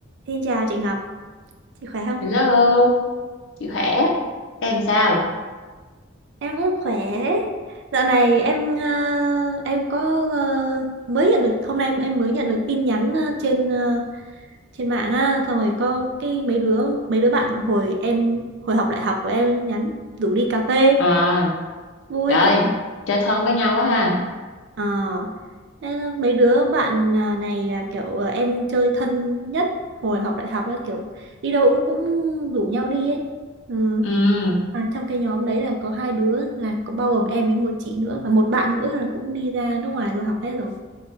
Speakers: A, on the right; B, on the left.
A: Xin chào chị Ngọc, chị khỏe không?
B: Hello, chị khỏe. Em sao?
A: Em cũng khỏe. Dạo này em ờ, em có ờ, mới nhận được hôm nay em em mới nhận được tin nhắn ờ, trên ờ, trên mạng á, xong rồi có cái mấy đứa mấy đứa bạn hồi em hồi học đại học của em nhắn rủ đi cà phê,
B: À,
A: vui
B: trời,
A: quá.
B: chơi thân với nhau quá ha.
A: Ờ, thế mấy đứa bạn à, này là kiểu ờ, em chơi thân nhất hồi học đại học á, kiểu đi đâu cũng cũng rủ nhau đi ấy. Ừ,
B: Ừ,
A: À, trong cái nhóm đấy là có hai đứa là có bao gồm em với một chị nữa và một bạn nữa là cũng đi ra nước ngoài rồi học hết rồi